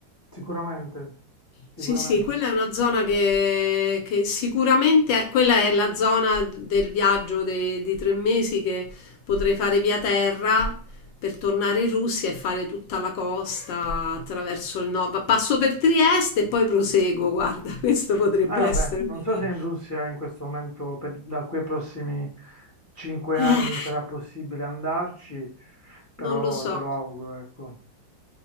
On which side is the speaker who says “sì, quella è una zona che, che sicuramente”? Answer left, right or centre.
Left